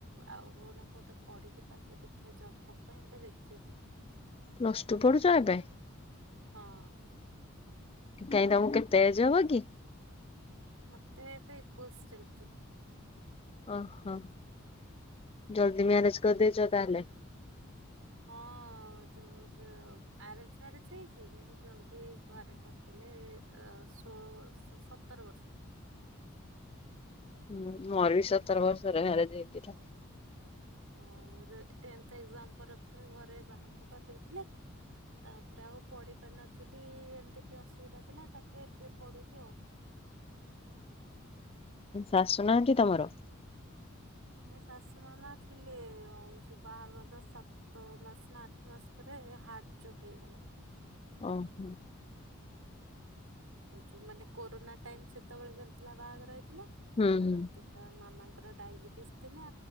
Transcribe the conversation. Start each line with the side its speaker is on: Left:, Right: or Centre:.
Right: ଆଉ କୋଉ ନା କୋଉଟେ ପଢିକି ତାପରେ ଦେଖିବା ଜବ ଫବ ପାଇଁ ଏବେ ଦେଖିବେନି।
Left: ପ୍ଲସ ଟୁ ପଢୁଚ ଏବେ?
Right: ହଁ।
Left: କାଇହିଁ ତମକୁ କେତେ ଏଜ ହବ କି?
Right: ମତେ ଏବେ ଏକୋଇସ ଚାଲିଚି।
Left: ଓହୋ ଜଲ୍ଦି ମ୍ୟାରେଜ କରିଦେଇଚ ତାହେଲେ।
Right: ହଁ ଯୋଉ ଜ ଆରେଞ୍ଜ ମ୍ୟାରେଜ ହେଇଚି କିନ୍ତୁ ଜଲଦି ଘରେ କର୍ ତା ହେଲେ ଷୋହଳ ସ ସତର ବର୍ଷରେ
Left: ହୁଁ ମୋର ବି ସତର ବର୍ଷରେ ମ୍ୟାରେଜ ହେଇଥିଲା।
Right: ହଁ ସେ ଟେନଥ ଏକଯାମ ପରେ ପରେ ଘରେ ବାହାଘର କରିଦେଇଥିଲେ। ତାପରେ ଆଉ ପଢି ପାରିନଥିଲି ଏମିତି ଟିକେ ଅସୁବିଧା ଥିଲା ତାପରେ ଏବେ ପଢିଲି ଆଉ।
Left: ଉ ଶାଶୁ ନାହାନ୍ତି ତମର?
Right: ନା ଶାଶୁ ମାମା ଥିଲେ ହଉଚି ବାହାଘରର ସାତ ତ ମାସ ନା ଆଠ ମାସ ପରେ ହାର୍ଟ ଚକ୍ ହେଇଗଲା।
Left: ଓହୋ।
Right: ଯୋଉ ମାନେ କୋରୋନା ଟାଇମ ସେତେବେଳେ ଚାଲିଥିଲା ବାହାଘର ହେଇଥିଲା।
Left: ହୁଁ ହୁଁ।
Right: ତ ମାମାଙ୍କର ଡାଇବେଟିସ୍ ଥିଲା।